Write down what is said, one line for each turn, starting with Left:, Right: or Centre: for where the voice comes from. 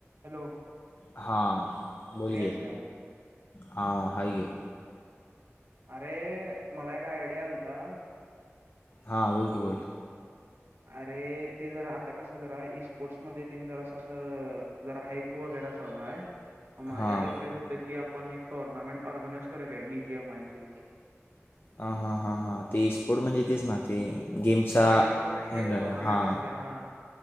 Right: हॅलो
Left: हा बोोले
Right: फ्री आहेस काय
Left: हा हाय गे
Right: अरे मला एक आयडिया आलता.
Left: हां बोल की बोल.
Right: अरे ते जरा आता कसं जरा स्पोर्ट्स मध्ये जरां जरा हाप वगैर. ल माझ्या
Left: हां
Right: डोक्यात होत की आपण एक टोर्नामेंट ऑर्गनाइ खर काय बीजे मायज
Left: ह हा हां हां ते स्पोर्ट म्हणजे तेच ना ते गेमचा
Right: हा इई स्पोर्ट्स म्हणजे
Left: हँडल
Right: टोर्नामेंट
Left: हां
Right: असते हा